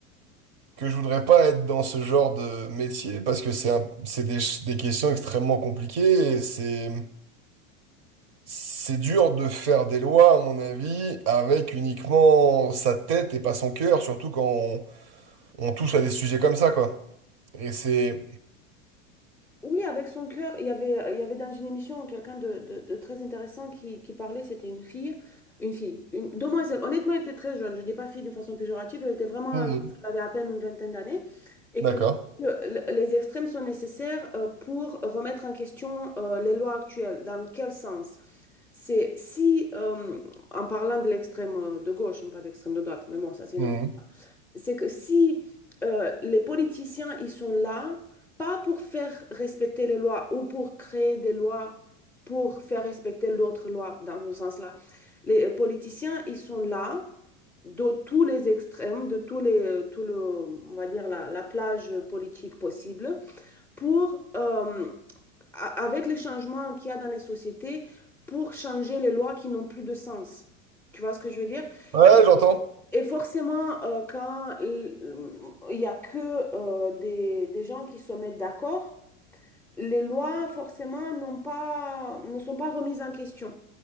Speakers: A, on the right (about 40°); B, in the centre.
A: que je voudrais pas être dans ce genre de métier parce que c'est un... c'est des... ch- des questions extrêmement compliquées et c'est C'est dur de faire des lois, à mon avis, avec uniquement sa tête et pas son cœur, surtout quand on, on touche à des sujets comme ça, quoi. Et c'est...
B: Oui, avec son cœur, il y avait, il y avait dans une émission quelqu'un de, de- de très intéressant qui, qui parlait, c'était une fille, une fille, une demoiselle. Honnêtement, elle était très jeune, je ne dis pas fille d'une façon péjorative, elle était vraiment,
A: Mhm.
B: je pense qu'elle avait à peine une vingtaine d'années, et
A: D'accord.
B: qu'elle dit que le- les extrêmes sont nécessaires euh, pour remettre en question euh, les lois actuelles. Dans quel sens? C'est si, euh, en parlant de l'extrême euh, de gauche, hein, pas d'extrême de droite, mais bon, ça c'est
A: Mhm.
B: une autre, c'est que si euh, les politiciens, ils sont là, pas pour faire respecter les lois ou pour créer des lois pour faire respecter d'autres lois, dans ce sens-là, les euh, politiciens, ils sont là de tous les extrêmes, de tous les, euh, tout le, on va dire, la, la plage politique possible pour... euh, a- avec les changements qu'il y a dans les sociétés pour changer les lois qui n'ont plus de sens. Tu vois ce que je veux dire?
A: Ouais,
B: Et,
A: j'entends.
B: et forcément, euh, quand l- il n'y a que euh, des, des gens qui se mettent d'accord, les lois, forcément, n'ont pas, ne sont pas remises en question.